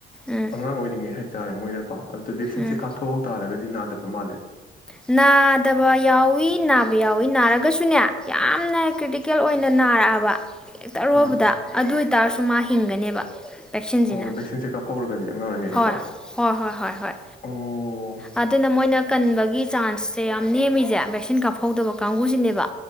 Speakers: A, in the centre; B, on the left.
A: ꯎꯝ
B: ꯑꯉꯥꯡ ꯑꯣꯏꯔꯤꯉꯩ ꯍꯥꯏ ꯇꯥꯏ ꯃꯣꯏꯅ ꯀꯣ ꯑꯗꯨꯗ ꯚꯦꯛꯁꯤꯟꯁꯦ
A: ꯎꯝ
B: ꯀꯥꯞ ꯊꯣꯛꯍꯧ ꯇꯥꯔꯒꯗꯤ ꯅꯥꯗꯕ ꯇꫭ ꯃꯥꯜꯂꯦ
A: ꯅꯥꯗꯕ ꯌꯥꯎꯏ ꯅꯥꯕ ꯌꯥꯎꯏ ꯅꯥꯔꯒꯁꯨꯅꯦ ꯌꯥꯝꯅ ꯀ꯭ꯔꯤꯇꯤꯀꯦꯜ ꯑꯣꯏꯅ ꯅꯥꯔꯛꯑꯕ ꯍ ꯡꯦꯛꯇ ꯑꯔꯣꯕꯗ
B: ꯑꯥ
A: ꯑꯗꯨ ꯇꯥꯔꯁꯨ ꯃꯥ ꯍꯤꯡꯒꯅꯦꯕ ꯚꯦꯛꯁꯤꯟꯁꯤꯅ
B: ꯑꯣ ꯚꯦꯛꯁꯤꯟꯁꯦ ꯀꯥꯞꯍꯧꯔꯒꯗꯤ ꯑꯉꯥꯡ ꯑꯣꯏꯔꯤꯉꯩꯗꯀꯣ
A: ꯍꯣꯏ ꯍꯣꯏ ꯍꯣꯏ ꯍꯣꯏ
B: ꯑꯣ
A: ꯑꯗꯨꯅ ꯃꯣꯏꯅ ꯀꯟꯕꯒꯤ ꯆꯥꯟꯁꯁꯦ ꯌꯥꯝ ꯅꯦꯝꯃꯤꯁꯦ ꯚꯦꯛꯁꯤꯟ ꯀꯥꯞꯍꯧꯗꯕ ꯀꯥꯡꯕꯨꯁꯤꯅꯦꯕ